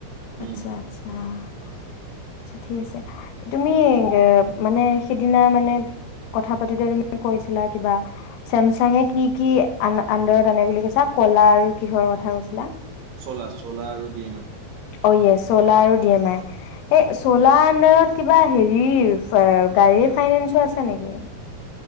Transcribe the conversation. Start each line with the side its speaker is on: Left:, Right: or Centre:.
Right: উম
Left: আচ্ছা-আচ্ছা, আছা, ঠিক আছে, তুমি মানে সিদিনা মানে কথা পাতোতে, তুমি কৈছিলা কিবা চেমচাঙে কি-কি আ', আন্দাৰত আনে বুলি কৈছা। কলা আৰু কিহৰ কথা কৈছিলা?
Right: চলা-চলা আৰু ড এম এ,
Left: অয় চলাৰ দিয়া নাই সেই চ'লা
Right: উম
Left: আণ্ডাৰত। কিবা হেৰি গাড়ীৰ ফাইনেন্সো আছে নেকি?